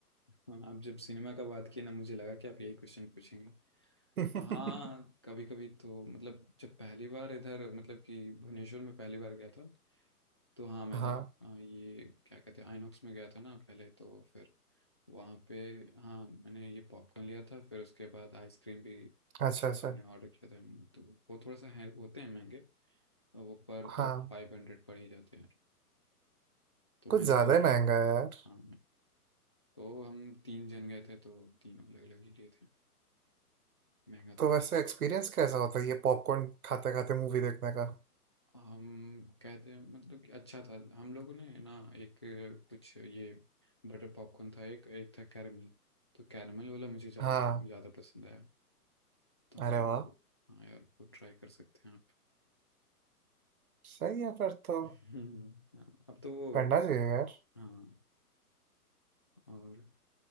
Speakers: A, on the left (about 20°); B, on the right (about 65°).
A: हाँ, आप जब सिनेमा का बात किए ना मुझे लगा कि आप यही क्वेश्चन पूछेंगे
B: <laughs>
A: तो हाँ कभी कभी तो मतलब जब पहली बार इधर मतलब कि भुवनेश्वर में पहली बार गया था तो हाँ मैंने
B: हाँ
A: आ, ये क्या कहते हैं आइनॉक्स में गया था ना पहले तो फिर वहाँ पे हाँ मैंने ये पॉपकॉर्न लिया था फिर उसके बाद आइसक्रीम भी
B: अच्छा अच्छा
A: मैंने ऑर्डर किया था हमने, तो वो थोड़ा सा है होते हैं महंगे और वो पर
B: हाँ
A: तो फाइव हंड्रेड पड़ ही जाते हैं तो
B: कुछ
A: मैंने
B: ज्यादा
A: दो
B: ही महंगा है यार
A: हाँ तो हम तीन जन गए थे तो तीनों अलग अलग ही लिए थे महंगा
B: तो
A: तो पड़ता
B: वैसे
A: है
B: एक्सपीरियंस
A: यार
B: कैसा होता है ये पॉपकॉर्न खाते खाते मूवी देखने का
A: हम कहते हैं मतलब कि अच्छा था हम लोगों ने ना एक कुछ ये बटर पॉपकॉर्न था एक एक था कैरमल तो कैरमल वाला मुझे ज़्यादा
B: हाँ
A: था ज़्यादा पसंद आया तो
B: अरे
A: हाँ
B: वाह
A: वो हाँ यार वो ट्राई कर सकते हैं आप
B: सही है फिर
A: <laughs>
B: तो
A: हम्म, हाँ, अब तो वो
B: करना चाहिए यार
A: हाँ और